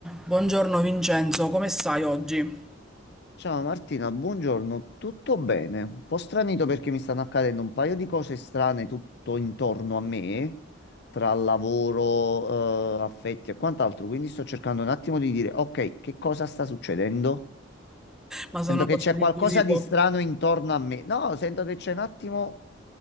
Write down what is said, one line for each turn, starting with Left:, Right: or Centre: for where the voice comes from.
Centre: Buongiorno Vincenzo, come stai oggi?
Left: Ciao Martina, buongiorno, tutto bene? Un po' stranito perché mi stanno accadendo un paio di cose strane tutto intorno a me, tra lavoro, eh, affetti e quant'altro, quindi sto cercando un attimo di dire, ok, che cosa sta succedendo?
Centre: Ma
Left: Sento
Centre: sono
Left: che
Centre: cose
Left: c'è
Centre: di
Left: qualcosa
Centre: cui si può...
Left: di strano intorno a me. No, sento che c'è un attimo